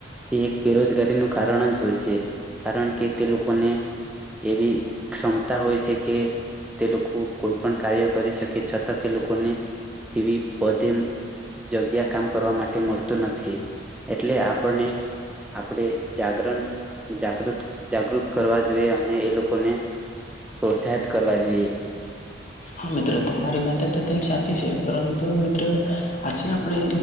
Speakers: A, in the centre; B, on the left.
A: તે એક બેરોજગારીનું કારણ જ હોય સે કારણ કે તે લોકોને એવી ક્ષમતા હોય છે કે તે લોકો કોઈ પણ કાર્ય કરી શકે છતાં તે લોકોને તેવી પદે જગ્યા કામ કરવા માટે મળતું નથી એટલે આપણને આપણે જાગરણ જાગૃત જાગૃત કરવા જોઈએ અને એ લોકોને પ્રોત્સાહિત કરવા જોઈએ
B: હા મિત્રો તમારી વાત તદ્દન સાચી છે પરંતુ મિત્રો આજે આપણે